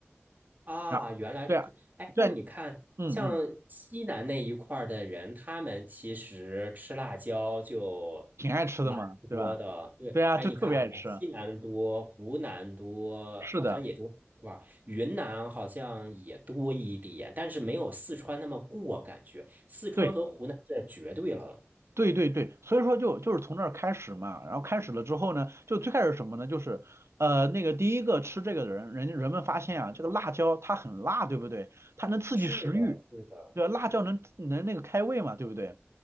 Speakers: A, on the right; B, on the right.
A: 啊，
B: 然后对啊，
A: 原来是这，哎，那你看，
B: 对啊嗯嗯，
A: 像西南那一块儿的人，他们其实吃辣椒就蛮多的。
B: 挺爱吃的嘛，对吧？
A: 对，
B: 对啊，
A: 哎，
B: 就特别爱吃。
A: 你看啊，西南多，湖南多，
B: 是的，
A: 好像也就一吧？云南好像也多一点，但是没有四川那么过，感觉四川和湖南这绝对了。
B: 对，对对对，所以说就就是从那儿开始嘛，然后开始了之后呢，就最开始什么呢？就是呃那个第一个吃这个的人，人家人们发现啊，这个辣椒它很辣，对不对？它能刺激食欲，
A: 是的，是的，
B: 对吧，辣椒能能那个开胃嘛，对不对？